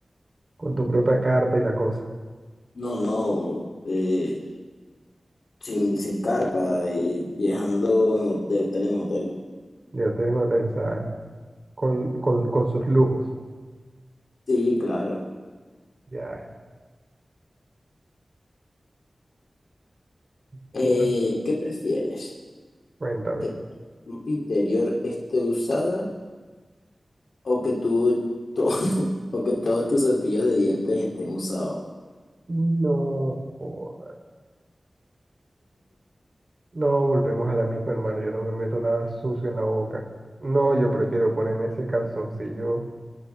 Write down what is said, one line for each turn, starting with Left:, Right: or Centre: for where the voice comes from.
Right: con tu propia carpa y la cosa.
Left: No, no. eh, sin, sin carpa y viajando en ho- de hotel en hotel.
Right: De hotel en hotel, o sea, con, con, con sus lujos.
Left: Sí, claro.
Right: Ya. Entonces,
Left: Eh, ¿qué prefieres?
Right: cuéntamelo.
Left: ¿Que tu ropa interior esté usada o que tu, to- <laughs> o que todos tus cepillos de dientes estén usados?
Right: No joda. No, volvemos a la misma, hermano. Yo no me meto nada sucio en la boca. No, yo prefiero ponerme ese calzoncillo